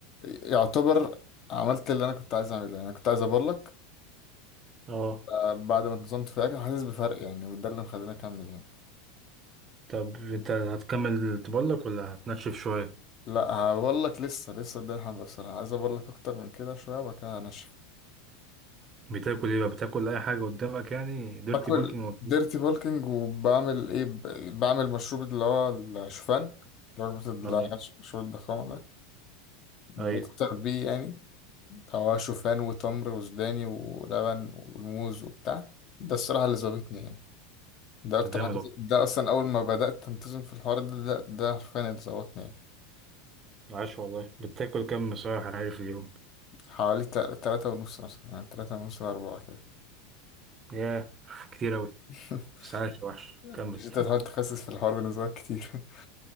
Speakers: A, on the left; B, on the right.
A: يعتبر عملت اللي انا كنت عايز اعمله يعني انا كنت عايز اقول لك
B: اه
A: آه، بعد ما انتظمت في حاجه حاسس بفرق يعني وده اللي مخليني اكمل يعني
B: طب انت هتكمل تبلك ولا هتنشف شوية؟
A: لا هقول لك لسه لسه قدامي حبه الصراحه عايز اقول لك اكتر من كده شويه وبعد كده هنشف
B: بتاكل ايه بقى؟ بتاكل اي حاجة قدامك يعني ديرتي
A: باكل
B: بالكينج ولا
A: ديرتي
B: إيه؟
A: بولكينج وبعمل ايه ب- بعمل مشروب اللي هو الشوفان رغبة اللي
B: اه
A: هو مشروب الضخامة ده بفطر
B: ايوه
A: بيه يعني هو شوفان وتمر وسوداني ولبن وموز وبتاع ده الصراحة اللي ظابطني يعني ده اكتر
B: جامد
A: حاجه
B: والله
A: ده اصلا اول ما بدات انتظم في الحوار ده ده, ده حرفيا اللي ظبطني يعني
B: عاش والله بتاكل كم صحيح حراري في اليوم؟
A: حوالي تل- تلاتة ونص مثلا يعني تلاتة ونص لأربعة كده
B: ياه <laughs> كتير اوي
A: <laughs>
B: بس عاش وحش كمل
A: مش انت بتحاول تخسس في الحوار بالنسبة لك كتير <laughs>